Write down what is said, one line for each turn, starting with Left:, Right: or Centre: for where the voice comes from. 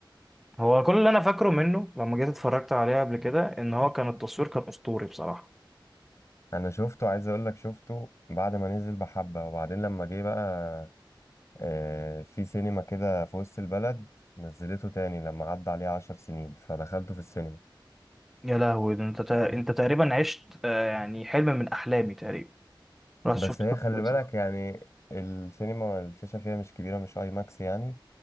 Centre: هو كل اللي انا فاكره منه لما جيت اتفرجت عليه قبل كده ان هو كان التصوير كان اسطوري بصراحه
Left: انا شفته عايز اقول لك شفته بعد ما نزل بحبة وبعدين لما جه بقى آه، في سينما كده في وسط البلد نزلته تاني لما عدى عليه عشر سنين فدخلته في السينما
Centre: يا لهوي ده انت تا... انت تقريبا عشت آه، يعني حلم من احلامي تقريبا رحت
Left: بس
Centre: شفت
Left: هي
Centre: فيلم
Left: خلي
Centre: دراسات
Left: بالك يعني السينما الشاشة فيها مش كبيرة مش اي ماكس يعني